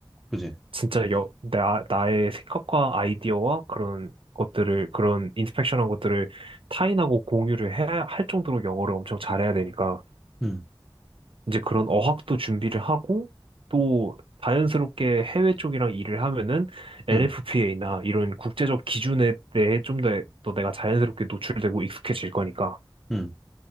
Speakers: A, in the centre; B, on the right.
A: 그지?
B: 진짜 여, 나, 나의 생각과 아이디어와 그런 것들을, 그런 인스펙션한 것들을 타인하고 공유를 해야 할 정도로 영어를 엄청 잘해야 되니까,
A: 응,
B: 이제 그런 어학도 준비를 하고, 또 자연스럽게 해외 쪽이랑 일을 하면은 NFPA나
A: 응,
B: 이런 국제적 기준에 대해 좀 더 또 내가 자연스럽게 노출되고 익숙해질 거니까.
A: 응,